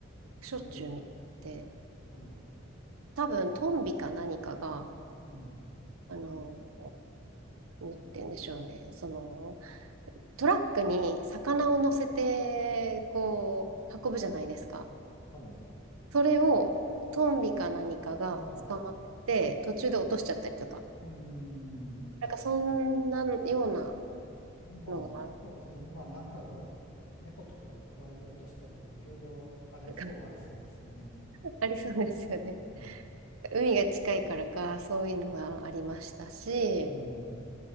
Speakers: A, on the right (about 85°); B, on the left (about 85°).
A: しょっちゅう見て、
B: ええ、はい。
A: 多分、トンビか何かが、
B: うん。
A: あの、なんて言うんでしょうね、その、トラックに魚を乗せて、こう、運ぶじゃないですか。
B: はい。だ
A: それをトンビか何かが捕まってて、
B: から、
A: 途中で落としちゃったりとか。
B: うん。
A: なんかそんなような
B: まあ、
A: のが、
B: そうですね。まあ、なんかが、猫とかが加えて落としたとか、いろいろありそうはありそうですよね。
A: なんか <laughs> ありそうですよね。
B: うん。
A: 海が近いからか、そういうのがありましたし、
B: うん。